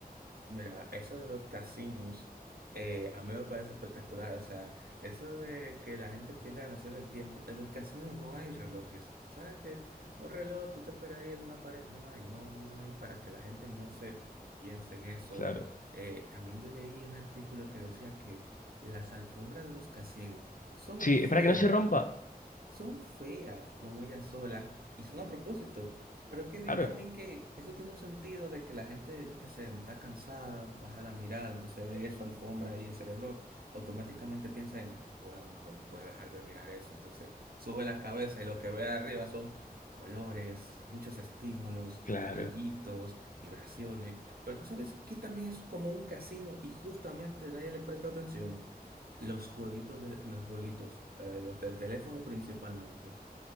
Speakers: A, on the right; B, on the left.
A: Mira, eso de los casinos, eh, a mí me parece espectacular. O sea, eso de que la gente pierda la noción del tiempo. En los casinos no hay relojes. ¿Sabes que un reloj tú te esperarías en una pared? No hay, no, no hay para que la gente no se piense en eso.
B: Claro.
A: Eh, también yo leí un artículo que decía que las alfombras de los casinos son
B: Sí,
A: feas
B: para que no se rompa.
A: son feas como ella sola y son a propósito. Pero es que vi
B: Claro,
A: también que eso tiene un sentido de que la gente, yo qué sé, está cansada, baja la mirada, entonces ve eso, alfombra y el cerebro automáticamente piensa en, bueno, mejor no voy a dejar de mirar eso. Entonces sube la cabeza y lo que ve arriba son colores, muchos estímulos,
B: claro.
A: brillitos, vibraciones. Pero tú sabes que también es como un casino y justamente nadie le presta atención. Los jueguitos de los jueguitos, eh, los del teléfono principalmente.